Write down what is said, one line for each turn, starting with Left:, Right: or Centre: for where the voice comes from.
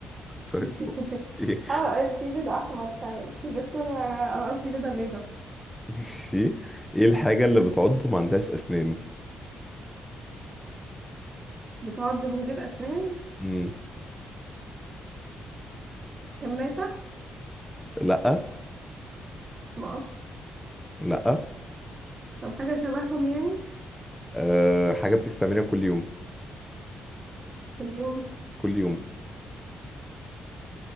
Centre: طيب
Right: <laughs>
Centre: اوكي
Right: اه في بيضة أحمر فعلا بس أنا أنا قصدي بيضة بيضة
Centre: ماشي ايه الحاجة اللي بتعض وما عندهاش اسنان
Right: بتعض من غير أسنان
Centre: مم.
Right: كماشة
Centre: لا
Right: مقص
Centre: لا
Right: طب حاجة شبههم يعني
Centre: أه حاجة بتستعملها كل يوم
Right: كل يوم
Centre: كل يوم